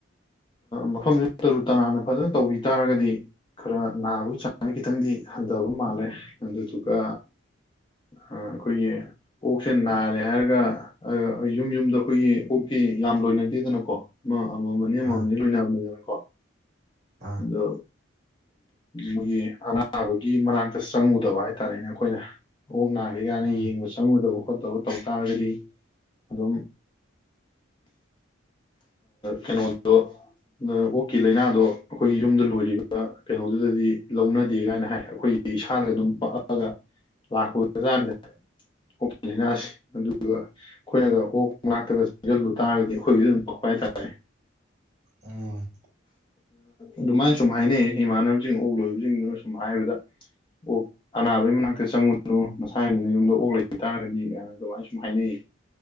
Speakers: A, on the left; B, on the right.
A: ꯃꯐꯝꯁꯤ ꯇꯔꯨ - ꯇꯅꯥꯟꯅ ꯐꯖꯅ ꯇꯧꯕꯤ ꯇꯥꯔꯒꯗꯤ ꯈꯔ ꯅꯥꯕꯒꯤ ꯆꯥꯡꯁꯦ ꯈꯤꯇꯪꯗꯤ ꯍꯟꯊꯕ ꯃꯥꯜꯂꯦ ꯑꯗꯨꯗꯨꯒ ꯑꯩꯈꯣꯏꯒꯤ ꯑꯣꯛꯁꯦ ꯅꯥꯔꯦ ꯍꯥꯏꯔꯒ ꯌꯨꯝ-ꯌꯨꯝꯗ ꯑꯩꯈꯣꯏꯒꯤ ꯑꯣꯛ ꯇꯤ ꯌꯥꯝ ꯂꯣꯏꯅꯗꯦꯗꯅꯀꯣ ꯑꯃꯥ ꯑꯃꯃꯝ ꯑꯅꯤ - ꯑꯃꯃꯝ
B: ꯑꯥ
A: ꯑꯥꯅꯤ ꯂꯣꯏꯅꯕꯅꯤꯗꯅ꯫ ꯀꯣ?
B: ꯑꯥ
A: ꯑꯗꯣ ꯃꯣꯏꯒꯤ ꯑꯅꯥꯕꯒꯤ ꯃꯅꯥꯛꯇ ꯆꯪꯉꯨꯗꯕ ꯍꯥꯏꯇꯥꯔꯦꯅꯦ ꯑꯩꯈꯣꯏꯅ ꯑꯣꯛ ꯅꯥꯔꯦ ꯀꯥꯏꯅ
B: ꯎꯝ
A: ꯌꯦꯡꯕ ꯆꯪꯉꯨꯗꯕꯨ ꯈꯣꯠ ꯇꯧꯔ ꯇꯧ ꯇꯥꯔꯒꯗꯤ ꯑꯗꯨꯝ ꯀꯩꯅꯣꯗꯣ ꯑꯣꯛꯀꯤ ꯂꯥꯏꯅꯥꯗꯣ ꯑꯩꯈꯣꯏꯒꯤ ꯌꯨꯝꯗ ꯂꯣꯏꯔꯤꯕ ꯀꯩꯅꯣꯗꯨꯗꯗꯤ ꯂꯧꯅꯗꯦ ꯀꯥꯏꯅ ꯍꯥꯏ ꯑꯩꯈꯣꯏꯒꯤ ꯏꯁꯥꯗ ꯑꯗꯨꯝ ꯄꯥꯛꯑꯒ ꯂꯥꯛꯄꯖꯥꯅꯦ ꯑꯣꯛꯀꯤ ꯂꯥꯏꯅꯥꯁꯦ ꯑꯗꯨꯒ ꯑꯩꯈꯣꯏꯅꯒ ꯑꯣꯛ ꯉꯥꯛꯇꯒ ꯆꯪꯁꯤꯜꯂꯨ ꯇꯥꯔꯒꯗꯤ ꯑꯩꯈꯣꯏꯕꯨꯗꯤ ꯑꯗꯨꯝ ꯀꯛꯄ ꯍꯥꯏꯇꯥꯔꯦ
B: ꯎꯝ
A: ꯑꯗꯨꯃꯥꯏ ꯁꯨꯝ ꯍꯥꯏꯅꯩ ꯏꯃꯥꯟꯅꯕꯁꯤꯡ ꯑꯣꯛ ꯂꯣꯏꯕꯁꯤꯡꯗꯨꯅ ꯁꯨꯝ ꯍꯥꯏꯕꯗ ꯑꯣꯛ ꯑꯅꯥꯕꯒꯤ ꯃꯅꯥꯛꯇ ꯆꯪꯉꯨꯅꯨ ꯅꯁꯥꯒꯤꯅ ꯌꯨꯝꯗ ꯑꯣꯛ ꯂꯩꯕ ꯇꯥꯔꯒꯗꯤ ꯃꯅ ꯑꯗꯨꯃꯥꯏꯅ ꯁꯨꯝ ꯍꯥꯏꯅꯩꯌꯦ